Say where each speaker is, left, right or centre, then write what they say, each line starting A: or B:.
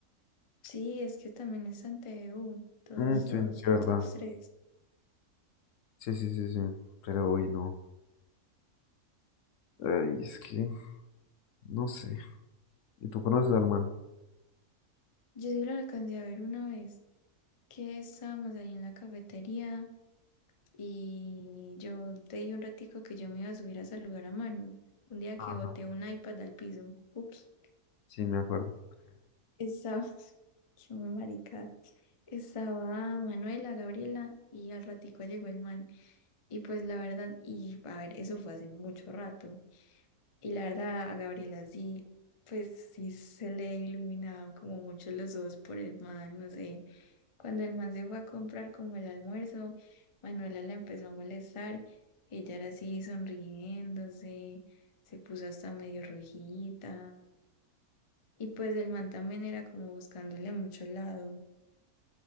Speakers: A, on the left (about 40°); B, on the left (about 65°).
A: Sí, es que también es ante TVU, todos
B: Mm, sí,
A: dos,
B: sí, verdad.
A: todos tres.
B: Sí, sí, sí, sí. Pero hoy no. Ay, es que, no sé. ¿Y tú conoces al man?
A: Yo sí lo alcancé a ver una vez que estábamos ahí en la cafetería y yo te di un ratico que yo me iba a subir a saludar a Manu. Un día
B: Ajá,
A: que boté un iPad al piso. Ups,
B: sí, me acuerdo.
A: estaba, <laughs> qué maricada. Estaba Manuela, Gabriela y al ratico llegó el man. Y pues la verdad, y a ver, eso fue hace mucho rato. Y la verdad, a Gabriela sí, pues sí se le iluminaban como mucho los ojos por el man, no sé. Cuando el man se fue a comprar como el almuerzo, Manuela la empezó a molestar. Ella era así sonriéndose, se puso hasta medio rojita. Y pues el man también era como buscándole a mucho lado.